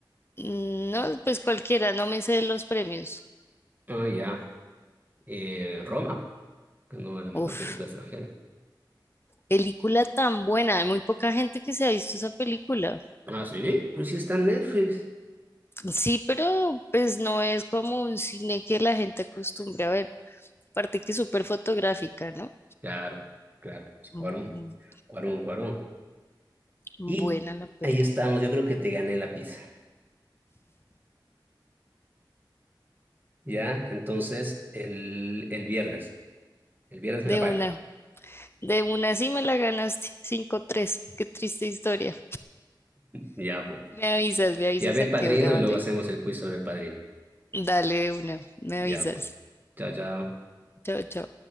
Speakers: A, on the left; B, on the right.
A: Mm, No, pues cualquiera, no me sé los premios.
B: Ah, ya. Eh, Roma, ganó la mejor
A: Uf,
B: película extranjera.
A: Película tan buena, hay muy poca gente que se ha visto esa película.
B: Ah, sí, pero si está en Netflix.
A: Sí, pero pues no es como un cine que la gente acostumbra a ver, aparte que es súper fotográfica, ¿no?
B: Claro, claro, sí, Cuarón,
A: Mm,
B: Cuarón, Cuarón.
A: mm,
B: Y
A: buena la peli.
B: ahí estamos, yo creo que te gané la pizza. Ya, entonces el, el viernes, el viernes
A: De
B: me la pagas.
A: una, de una sí me la ganaste, <laughs> Cinco tres. qué triste historia.
B: Ya, pues.
A: Me avisas, me avisas
B: Ya ve
A: a
B: el
A: qué
B: padrino
A: hora,
B: y
A: ¿vale?
B: luego hacemos el quiz sobre el padrino.
A: Dale de una, me
B: Ya,
A: avisas.
B: pues. Chao, chao.
A: Chao, chao.